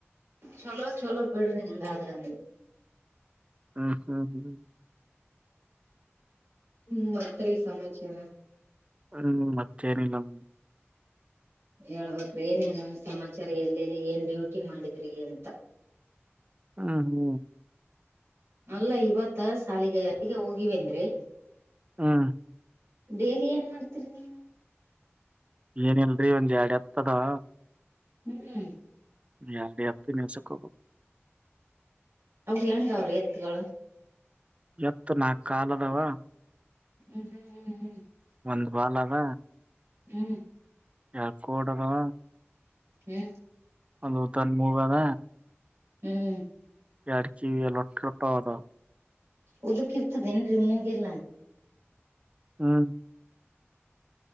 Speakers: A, on the right; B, on the right.
A: ಚಲೋ ಚಲೋ ಬಿಡ ಹೆಂಗಾದ್ರ ಅ
B: ಹ್ಮ್ ಹ್ಮ್ ಹ್ಮ್
A: ಹ್ಮ್ ಮತ್ ರಿ ಸಮಾಚಾರ.
B: ಹ್ಮ್ ಮತ್ತೇನಿಲ್ಲ ಹಾ
A: ಹೇಳ್ಬೇಕ್ರಿ ಏನೇನೋ ಸಮಾಚಾರ ಎಲ್ಲೆಲ್ಲಿ ಏನ್ ಡ್ಯೂಟಿ ಮಾಡಿದ್ರಿ ಅಂತ.
B: ಹಾ ಹ್ಮ
A: ಅಲ್ಲ ಇವತ್ತ ಶಾಲಿಗೆಗೆ ಹೋಗಿವೆನ್ ರೀ
B: ಹಾ
A: ಡೇಲಿ ಏನ್ ಮಾಡ್ತರಿ ನೀವು
B: ಏನಲ್ರರಿ ಒಂದ್ ಎಡ್ ಎತದವ
A: ಹ್ಮ್್ಮ
B: <unintelligible>
A: ಹೆಂಗ್ ಅವ್ರಿ ಎತ್ಗಳು
B: ಎತ್ತು ನಾ ಕಾಲದವಾ
A: ಹ್ಮ್ ಹ್ಮ್ ಹ್ಮ್ ಹ್ಮ್
B: ಒಂದು ಬಾಲಾವ
A: ಹ್ಮ್
B: ಎರಡ್ ಕೋಡ್ಯಾದವ
A: ಹ್ಮ
B: ಒಂದು ತನ್ ಮೂಗದ
A: ಹ್ಮ್
B: <unintelligible> ಹೌದು.
A: ಊದುಕೀರ್ತಡೆನ್ರಿ ಏನ್ರರಿ ಮೂಗೆಲ್ಲ.
B: ಹ್ಮ